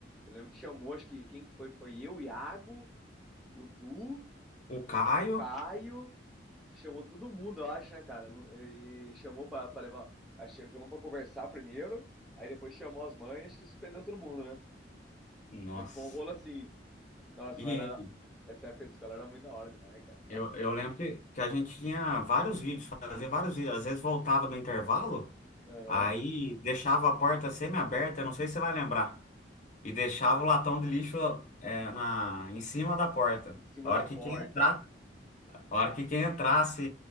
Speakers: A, in the centre; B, on the left (about 45°).
A: eu lembro que chamou, acho que quem que foi? Foi eu, o Iago, o Du,
B: O Caio,
A: o Caio, chamou todo mundo, eu acho, né, cara? E chamou pra, pra levar, acho que chamou pra conversar primeiro, aí depois chamou as mães, que suspendeu todo mundo, né?
B: nossa.
A: Lembro que Foi um rolo assim. Nossa,
B: E
A: mas era- essa época de escola era muito da hora demais, cara. Nossa.
B: eu, eu lembro que, que a gente tinha vários vídeos, fazia vários vídeos. Às vezes voltava do intervalo,
A: Aham.
B: aí deixava a porta semi-aberta, eu não sei se você vai lembrar. E deixava o latão de lixo é, na, em cima da porta.
A: em cima
B: A
A: da
B: hora que
A: porta.
B: quem entrar, a hora que quem entrasse